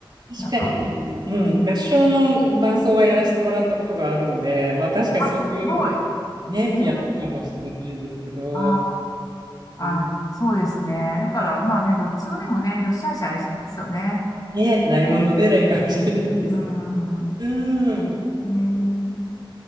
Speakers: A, on the right; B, on the left.
A: 確かにあの、
B: なんか、うん、
A: うん、合唱の伴奏はやらせてもらったことがあるので、まあ確かにそういうのは
B: あ、すごい。え
A: ね、ピアノかもしれないですけど、
B: えああ、
A: ね、
B: あ、そうですね。だから、まあね、どっちもでもね、良し悪しありそうですよね。
A: ね、ないものねらいかもしれないですね。
B: うん。
A: うん。
B: ええ